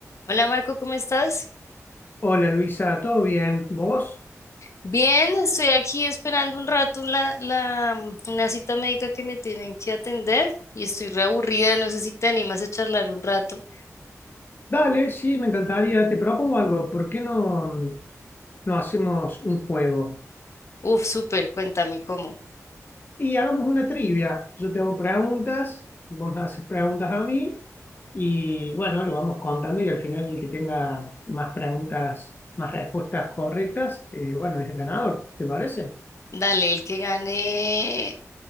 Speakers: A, on the left (about 55°); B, on the left (about 35°).
A: Hola Marco, ¿cómo estás?
B: Hola Luisa, ¿todo bien? ¿Vos?
A: Bien, estoy aquí esperando un rato la, la- mm, una cita médica que me tienen que atender y estoy reaburrida, no sé si te animas a charlar un rato.
B: Dale, sí, me encantaría. Te propongo algo. ¿Por qué no, no hacemos un juego?
A: Uf, súper, cuéntame cómo.
B: Y hagamos una trivia. Yo tengo preguntas, vos me haces preguntas a mí y bueno, lo vamos contando y al final el que tenga más preguntas, más respuestas correctas, eh, bueno, es el ganador, ¿te parece?
A: Dale, el que gane,